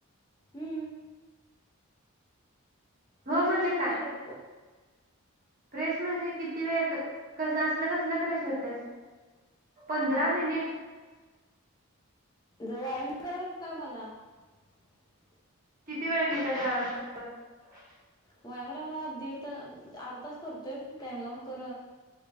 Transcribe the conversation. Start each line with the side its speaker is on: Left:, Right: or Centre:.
Left: हम्म.
Right: हो,
Left: फ्रेश
Right: म्हणजे
Left: फ्रेश होऊ
Right: काय?
Left: का नको
Right: फ्रेश म्हणजे किती वेळ? कस असलं-कसलं फ्रेश होतायत? पंधरा मिनिट
Left: ज वायाम करा नको काय मला <unintelligible>
Right: किती वेळ घेतात जा <unintelligible>
Left: व्यायामला दीड तास, अर्धा तास करतोय, टाइम लावून कर,